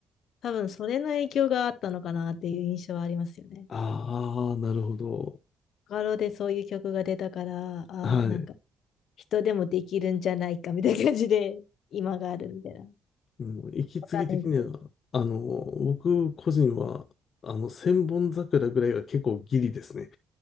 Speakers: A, on the left (about 70°); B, on the left (about 55°).
A: 多分それの影響があったのかなっていう印象はありますよね。
B: ああ、なるほど。
A: ガロでそういう曲が出たから、あーなんか
B: はい。
A: 人でもできるんじゃないかみたいな感じで今があるみたいな。わ
B: うん、息継ぎ的には、
A: かんないですけど。
B: あの、僕個人は、あの、千本桜ぐらいが結構ギリですね。